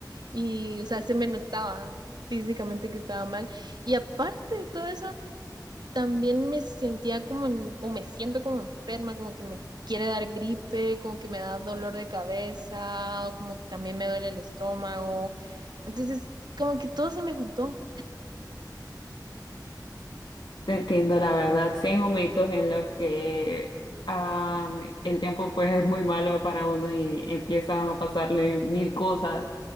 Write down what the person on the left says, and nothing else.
Te entiendo, la verdad. Sí hay momentos en los que ah, me- el tiempo pues es muy malo para uno y empiezan a pasarle mil cosas